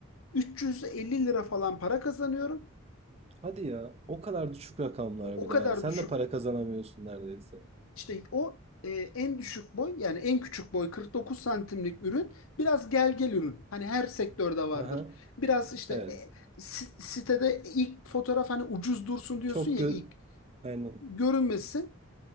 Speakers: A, on the left; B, on the right.
A: 350 lira falan para kazanıyorum.
B: Hadi ya. O kadar düşük rakamlar
A: O,
B: bir
A: o kadar
B: de. Sen
A: düşük
B: de para kazanamıyorsun neredeyse.
A: işte o e, en düşük boy yani en küçük boy 49 santimlik ürün biraz gel gel ürün. Hani her sektörde vardır.
B: Aha.
A: Biraz işte
B: Evet.
A: e, si- sitede ilk fotoğraf hani ucuz dursun diyorsun
B: Çok
A: ya
B: gö
A: ilk
B: Aynen.
A: görünmesin.